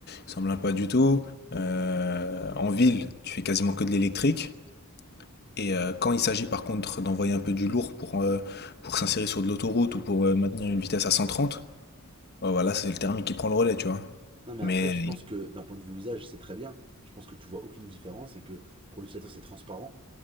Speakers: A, on the left; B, on the right.
A: Il s'en plaint pas du tout. Euh, en ville, tu fais quasiment que de l'électrique. Et euh, quand il s'agit par contre d'envoyer un peu du lourd pour, euh, pour s'insérer sur de l'autoroute ou pour euh, maintenir une vitesse à 130, bah voilà, c'est le thermique qui prend le relais, tu vois.
B: Non, mais
A: Mais
B: après, je pense que d'un point de vue usage, c'est très bien. Je pense que tu vois aucune différence et que pour l'utilisateur, c'est transparent,